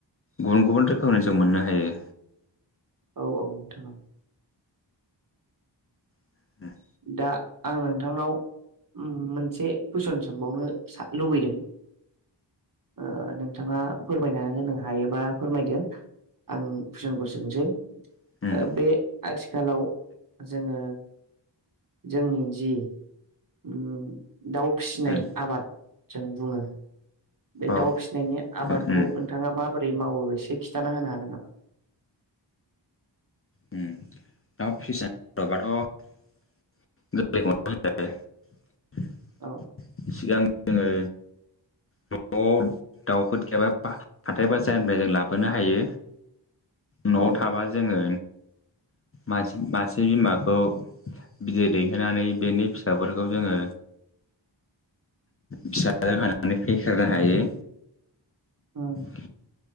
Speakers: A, on the left (about 30°); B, on the right (about 45°).
A: गुबुन गुबुन रोखोमनि जों मोननो हायो।
B: औ औ नोंथां
A: <unintelligible>
B: दा आं नोंथांनाव उम मोनसे कुइसन सोंबावनो लुबैदों ओ नों थाङा फोरमायना होनो हायोबा फोरमायदो आं कुइसनखौ सोंसै
A: उम
B: ओ बे आथिखालाव जोङो जोंनि जि उम दाव फिसिनाय
A: उम
B: आबाद जों बुङो बे
A: अ
B: दाउ फिसिनायनि आबादखौ
A: उम
B: नोंथाङा माबोरै मावो एसे खिन्थाना होनो हागोन नामा?
A: उम दा <unintelligible> होनोबाथ' <unintelligible>
B: औ
A: सिगां जोङो नआव दाउफोर गैयाबा हाथाय बाजनिफ्राय जों लाबोनो हायो। न'आव
B: औ
A: थाबा जोङो मासे मासे बिमाखौ बिदै दैहोनानै बेनि फिसाफोरखौ जोङो फिसा जाहोनानानै फेहेरनो हायो।
B: उम
A: <unintelligible> <unintelligible>